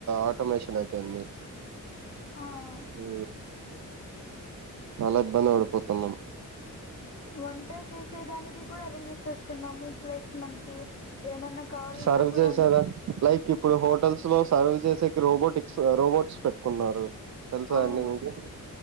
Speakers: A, on the right; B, on the left.
A: ఆటోమేషన్ అయిపోయింది
B: ఆహ్
A: ఆ చాలా ఇబ్బంది పడిపోతున్నాం
B: ఇప్
A: అ
B: వంట చేసే దానికి కూడా అదే యూజ్ చేస్తున్నాము ప్లస్ మనకి ఏమన్నా కావాలన్నా
A: సర్వ్
B: గుడా
A: చేసేదా
B: అన్ని
A: లైక్ ఇప్పుడు హోటల్స్ లోస్ సర్వ్ చేసస్ రోబోటిక్ సెరోబోట్స్ పెట్టుకున్నారు తెలుసా
B: అవును
A: అండి మీకు